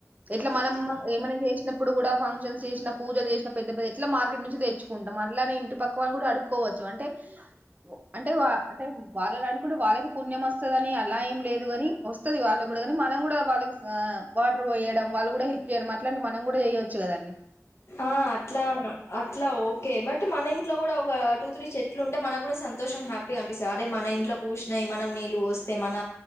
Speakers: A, on the right; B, on the left.
A: ఇట్లా మనం
B: వై
A: ఏమన్నా చేసినమ్ ఇప్పుడు కూడా ఫంక్షన్స్ చేసిన పూజలు చేసిన పెద్ద పెద్ద ఎట్లా మార్కెట్ నుంచి తెచ్చుకుంటాం అట్లానే ఇంటి పక్క వాళ్ళు కూడా అడుక్కోవచ్చు అంటే అంటే వా అంటే వాళ్ళని అడుక్కుంటే వాళ్ళకి పుణ్యము వస్ వస్తాదని అలా ఏం లేదు గాని వస్తాది వాళ్ళ కూడా కాని మనం కూడా వాళ్ళకు ఆ వాటర్ పోయడం వాళ్ళు కూడా హెల్ప్ చేయడం అట్లాంటి మనం కూడా చెయవచ్చు కదండి
B: ఆ అట్లా అట్లా ఓకే బట్ మన ఇంటీ ఇంట్లో కూడా ఒక టూ త్రీ చెట్లు ఉంటే మనకు కూడా సంతోషం హ్యాపీగా అనిపిస్తాయి అదే మన ఇంట్లో పూసినాయి మనం నీళ్ళు వస్తే మన